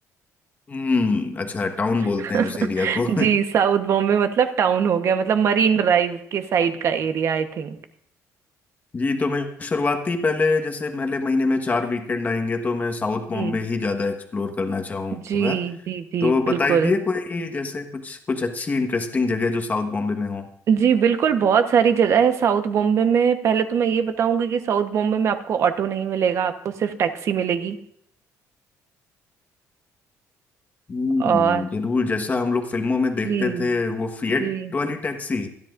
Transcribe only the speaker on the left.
हम्म अच्छा टाउन
बोलते हैं उस एरिया को
<laughs> जी तो मैं शुरुआती पहले जैसे पहले महीने में चार वीकेंड आएंगे तो मैं साउथ बॉम्बे
ही ज़्यादा एक्सप्लोर करना चाहूँगा
तो
बताइए कोई जैसे कुछ कुछ अच्छी इंटरेस्टिंग जगह जो साउथ बॉम्बे में हो
हम्म
जरूर जैसा हम लोग फिल्मों में देखते
थे वो फिएट
वाली टैक्सी